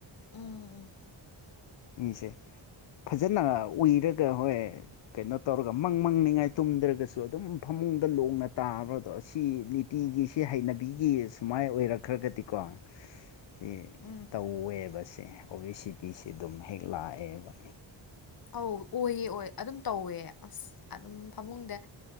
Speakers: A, on the left (about 45°); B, on the left (about 65°).
A: ꯎꯝ ꯎꯝ
B: ꯏꯁꯦ ꯐꯖꯅ ꯎꯏꯔꯒ ꯍꯣꯏ ꯀꯩꯅꯣ ꯇꯧꯔꯒ ꯃꯪ ꯃꯪꯅꯤꯡꯉꯥꯏ ꯇꯨꯝꯗ꯭ꯔꯒꯁꯨ ꯑꯗꯨꯝ ꯐꯃꯨꯡꯗ ꯂꯣꯡꯅ ꯇꯥꯔꯗꯣ ꯁꯤꯅꯤ꯫ ꯇꯤꯒꯤꯁꯤ ꯍꯩꯅꯕꯤꯒꯤ ꯁꯨꯃꯥꯏꯅ ꯑꯣꯏꯔꯛꯈ꯭ꯔꯒꯗꯤꯀꯣ꯫ ꯁꯤ
A: ꯎꯝ
B: ꯇꯧꯋꯦꯕꯁꯦ ꯑꯣꯕꯤꯁꯤꯇꯤꯁꯦ ꯑꯗꯨꯝ ꯍꯦꯛ ꯂꯥꯛꯑꯦꯕ꯫
A: ꯑꯧ ꯑꯣꯏꯌꯦ ꯑꯣꯏ ꯑꯗꯨꯝ ꯇꯧꯋꯦ ꯑꯁ꯫ ꯑꯗꯨꯝ ꯐꯃꯨꯡꯗ